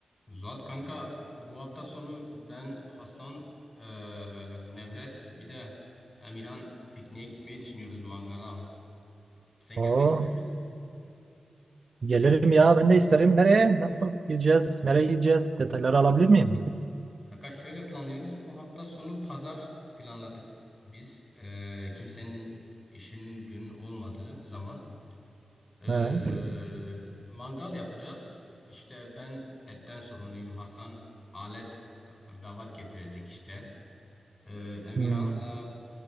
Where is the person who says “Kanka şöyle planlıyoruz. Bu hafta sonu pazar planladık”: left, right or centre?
Left